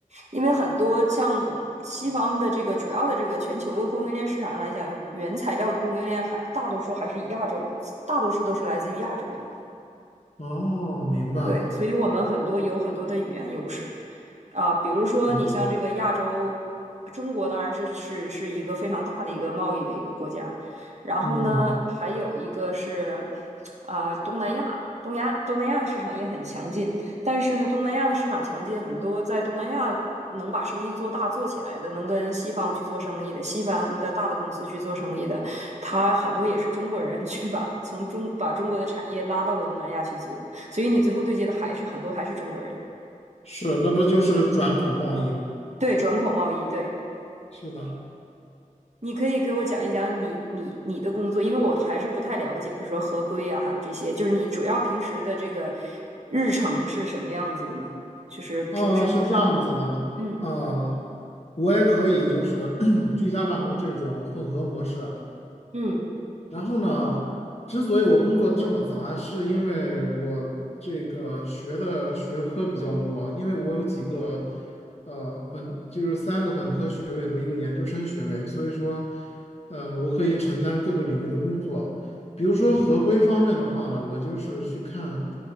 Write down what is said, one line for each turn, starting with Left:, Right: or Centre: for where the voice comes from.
Right: 因为很多像西方的这个主要的这个全球的供应链市场上来讲，原材料的供应链还大多数还是以亚洲，大多数都是来自于亚洲的。
Left: 哦，明白了，
Right: 对，所以我们很多有很多的语言优势啊，比如说你像这个亚洲，
Left: 是，
Right: 中国当然是是是一个非常大的一个贸易的一个国家，然后呢，
Left: 嗯，
Right: 还有一个是啊东南亚，东亚东南亚的市场也很强劲，但是呢，东南亚的市场强劲，很多在东南亚能把生意做大做起来的，能跟西方去做生意的，西方的大的公司去做生意的，他很多也是中国人去把从中把中国的产业拉到了东南亚去做。所以你最后对接的还是很多还是中国人。
Left: 是，那不就是转口贸易吗？
Right: 对，转口贸易，对，
Left: 是的，
Right: 你可以给我讲一讲你你你的工作，因为我还是不太了解，就是说合规啊，还有这些，就是你主要平时的这个日程是什么样子的呢？就是平时你好，
Left: 啊，是这样子的，
Right: 嗯
Left: 啊，我也可以就是 <clears throat> 居家办公这种混合模式，
Right: 嗯
Left: 然后呢，之所以我工作这么杂，是因为我这个学的学科比较多，因为我有几个，呃，本就是三个本科学位和一个研究生学位，所以说，呃，我可以承担各个领域的工作。比如说合规方面的话呢，我就是去看